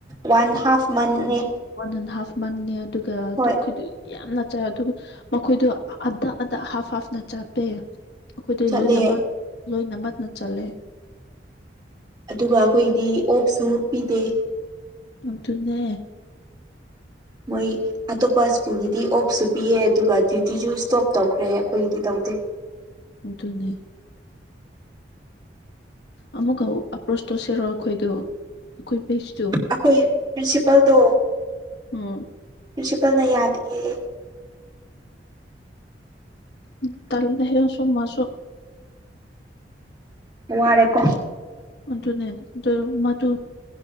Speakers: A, on the right; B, on the left.
A: ꯋꯥꯟ ꯍꯥꯐ ꯃꯟꯅꯦ
B: ꯋꯥꯟ ꯑꯟ ꯍꯥꯐ ꯃꯟꯅꯦ ꯑꯗꯨꯒ
A: ꯍꯣꯏ
B: ꯗꯨ ꯈꯣꯏꯗꯤ ꯌꯥꯝꯅ ꯆꯥ ꯑꯗꯨ ꯃꯈꯣꯏꯗꯣ ꯑꯗ ꯑꯗ ꯍꯥꯐ ꯍꯥꯐꯅ ꯆꯞꯄꯦ ꯑꯩꯈꯣꯏꯗꯤ
A: ꯆꯠꯂꯦ
B: ꯂꯣꯏꯅꯃꯛ ꯂꯣꯏꯅꯃꯛꯅ ꯆꯜꯂꯦ
A: ꯑꯗꯨꯒ ꯑꯈꯣꯏꯗꯤ ꯑꯣꯐꯁꯨ ꯄꯤꯗꯦ
B: ꯑꯗꯨꯅꯦ
A: ꯃꯣꯏ ꯑꯇꯣꯞꯄ ꯁ꯭ꯀꯨꯜꯒꯤꯗꯤ ꯑꯣꯐꯁꯨ ꯄꯤꯌꯦ ꯑꯗꯨꯒ ꯗ꯭ꯌꯨꯇꯤꯁꯨ ꯁ꯭ꯇꯣꯞ ꯇꯧꯈ꯭ꯔꯦ ꯑꯩꯈꯣꯏꯒꯤꯗꯤ ꯇꯧꯗꯦ
B: ꯑꯗꯨꯅꯦ ꯑꯃꯨꯛꯀ ꯑꯄ꯭ꯔꯣꯁ ꯇꯧꯁꯤꯔꯣ ꯑꯩꯈꯣꯏꯗꯨ ꯑꯈꯣꯏ ꯕꯦꯁꯇꯨ
A: ꯑꯈꯣꯏ ꯄ꯭ꯔꯤꯟꯁꯤꯄꯜꯗꯣ
B: ꯎꯝ
A: ꯄ꯭ꯔꯤꯟꯁꯤꯄꯜꯅ ꯌꯥꯗꯤꯌꯦ
B: ꯏꯑ ꯇꯜꯂꯦꯍꯦ ꯑꯁꯨ ꯃꯁꯨ
A: ꯋꯥꯔꯦꯀꯣ
B: ꯑꯗꯨꯅꯦ ꯗꯨ ꯃꯗꯨ